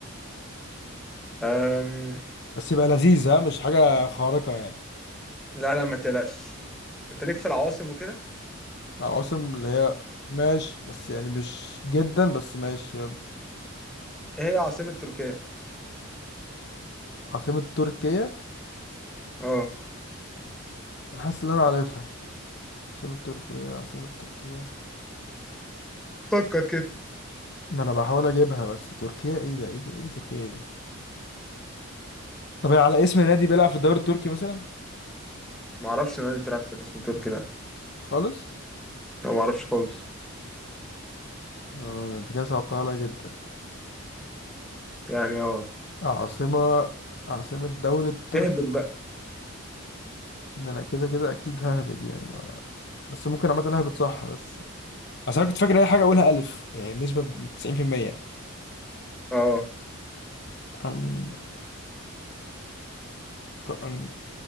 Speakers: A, in the centre; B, on the left (about 50°).
A: أم...
B: بس يبقى لذيذ ها مش حاجة خارقة يعني
A: لا لا ما تقلقش انت ليك في العواصم وكده
B: عواصم اللي هي ماشي بس يعني مش جدا بس ماشي يلا
A: ايه هي عاصمة تركيا
B: عاصمة تركيا
A: اه
B: انا حاسس ان انا عارفها عاصمة تركيا عاصمة تركيا
A: فكر كده
B: ما انا بحاول اجيبها بس تركيا ايه ده ايه ده ايه دي تركيا دي طب هي على اسم نادي بيلعب في الدوري التركي مثلا
A: ما اعرفش نادي بتلعب في الاسم تركي ده
B: خالص
A: لا ما اعرفش خالص
B: اه ده انت كده صعبتها عليا جدا
A: يعني اه
B: عاصمة عاصمة دولة تركيا
A: اهبط بقى
B: ان انا كده كده اكيد ههبد يعني بس ممكن عامة اهبط صح بس اصل انا كنت فاكر اي حاجه اقولها الف يعني بنسبه 90%
A: اه
B: عن عن